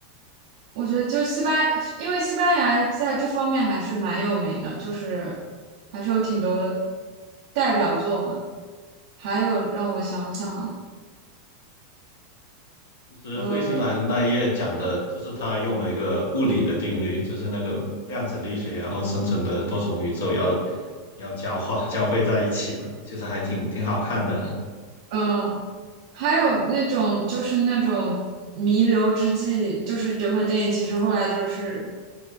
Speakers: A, on the right (about 65°); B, on the left (about 75°).
A: 我觉得就西班，因为西班牙在这方面还是蛮有名的，就是还是有挺多代表作嘛。还有让我想想，
B: 其实彗星来的那一页讲的就是他用了一个物理的定律，
A: 呃。
B: 就是那个量子力学，然后生成的多重宇宙要要交化 <laughs> 交汇在一起了，其实还挺挺好看的。
A: 嗯，还有那种就是那种弥留之际，就是整本电影其实后来就是